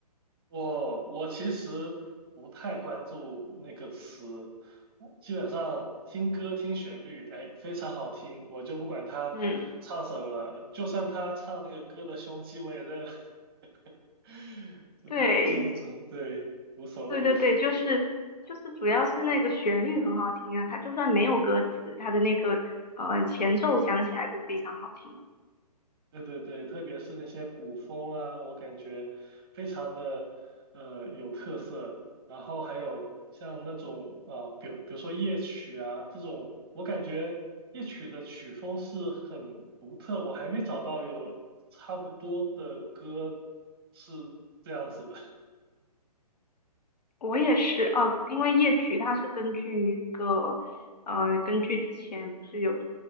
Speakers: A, on the right; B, on the left.
A: 我我其实不太关注那个词，我基本上听歌听旋律，哎，非常好听，我就不管他唱什么了，
B: <laughs> 嗯，
A: 就算他唱那个歌的凶器，我也认了，<laughs> 就那就那种，
B: 对。
A: 对，无所谓。
B: 对对对，就是就是主要是那个旋律很好听啊，它就算没有歌词，它的那个呃前奏响起来都非常好听。
A: 对对对，特别是那些古风啊，我感觉非常的呃有特色。然后还有像那种呃，比如比如说夜曲啊这种，我感觉夜曲的曲风是很独特，我还没找到有差不多的歌是这样子的。<laughs>
B: 我也是哦，因为夜曲它是根据一个呃根据之前不是有